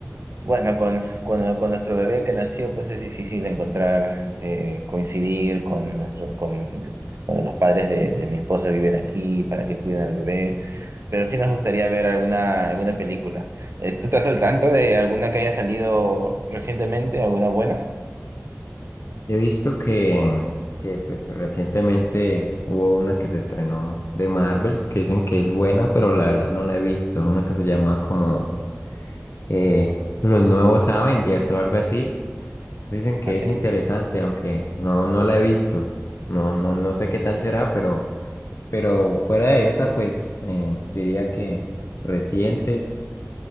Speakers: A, on the right; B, on the left.
A: bueno, con, con, con nuestro bebé que nació, pues es difícil encontrar, eh, coincidir con, nuestro, con, cuando los padres de, de mi esposa viven aquí para que cuiden al bebé. Pero sí nos gustaría ver alguna, alguna película. Eh, ¿Tú estás al tanto de alguna que haya salido recientemente? ¿Alguna buena?
B: He visto que, que pues recientemente hubo una que se estrenó de Marvel, que dicen que es buena, pero la verdad no la he visto. Una que se llama como eh, Los Nuevos Avengers o algo así Dicen que
A: Así.
B: es interesante, aunque no, no la he visto. No, no, no sé qué tal
A: No.
B: será, pero, pero fuera de esa, pues eh, diría que recientes.